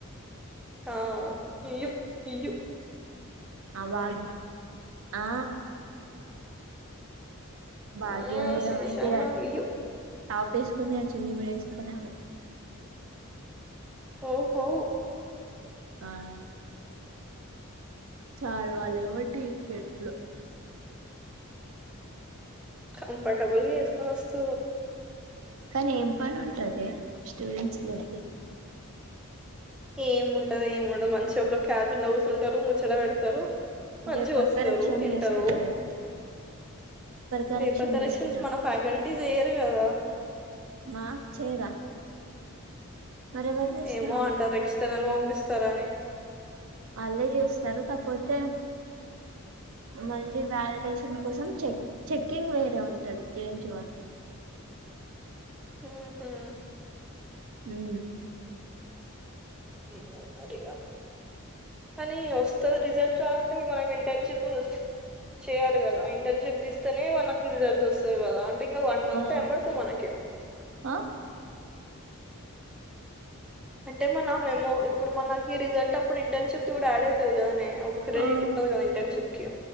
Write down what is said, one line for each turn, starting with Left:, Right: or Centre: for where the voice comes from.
Centre: ఆ ఇయ్యు ఇయ్యూ
Right: అద <unintelligible> ఆ భాగ్యమేడం
Centre: ఆ శ్రీశైలం
Right: అయితేగా
Centre: ఇయ్యు
Right: టపేస్కునే చున్నీ కూడా ఎస్కునే రాదు
Centre: ఓహో
Right: ఆహ్ చాల వాల మటి చెట్లు
Centre: కంఫర్టబల్ గా ఎసుకోనీ వస్తారు
Right: కానీ ఏం పని ఉంటది స్టూడెంట్స్ కి
Centre: ఏముంటది ఏముండదు మంచిగా ఒక క్యాపి న్సుంటారు ముచ్చట పెడతారు మంచిగా
Right: పేపర్
Centre: వస్తారు
Right: కరెక్షన్
Centre: తింటారు
Right: చేసుకుంటారేమో కరెక్షన్
Centre: పేపర్ కరెక్షన్స్
Right: చేసుకుంటారు
Centre: మన ఫ్యాకల్టీస్ చెయ్యరు కదా
Right: మా చేయరా మరెవరు చేస్తారు
Centre: ఏమో
Right: అనుకున్నా
Centre: అంటారు రక్షితనాలు పంపిస్తార అని
Right: వాళ్ళే చేస్తారు కాకపోతే మళ్ళీ వాలిడేషన్ కోసం చెక్ చెక్కింగ్ వేరే ఉంటది జె ఎన్ టి యు వాళ్ళు
Centre: హుహా
Right: హ్మ్మ్
Centre: ఏమో మరివా కానీ వస్తె రిజల్ట్ రావాలంటే ఇప్పుడు మనం ఇంటర్న్షిప్ చేయాలి కదా ఇంటర్షిప్ తీస్తేనే వాళ్ళకు రిజల్ట్స్ వస్తుంది కదా అ ఇకా వన్ మంత్
Right: ఆ
Centre: అందరితో మనకి
Right: ఆ
Centre: అంటే మన మేమో ఇప్పుడు మనకి రిజల్ట్ అప్పుడు ఇంటర్న్షిప్ కూడా యాడ్ అవుతుది కదానే ఒక క్రెడిట్
Right: ఆ
Centre: ఉంటుంది కదా ఇంటర్న్షిప్ కి